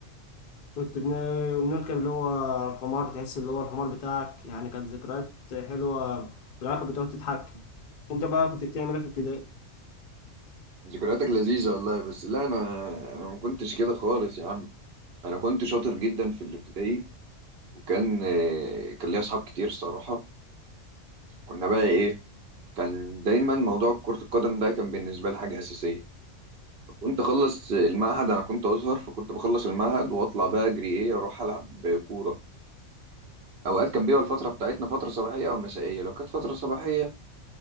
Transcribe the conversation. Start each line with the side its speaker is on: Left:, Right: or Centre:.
Left: كنت بن- بنركب اللي هو الحمار تحس اللي هو الحمار بتاعك يعني كانت ذكريات حلوة بالعلاقة بتقعد تضحك انت بقى كنت بتعمل ايه في ابتدائي؟
Right: ذكرياتك لذيذة والله بس لا أنا أنا ما كنتش كده خالص يا عم أنا كنت شاطر جدا في الابتدائي وكان آه، كان ليا أصحاب كتير الصراحة كنا بقى إيه كان دايما موضوع كرة القدم ده كان بالنسبة لي حاجة أساسية كنت أخلص المعهد أنا كنت أزهر فكنت بخلص المعهد وأطلع بقى أجري إيه أروح ألعب كورة أوقات كان بيبقى الفترة بتاعتنا فترة صباحية أو مسائية لو كانت فترة صباحية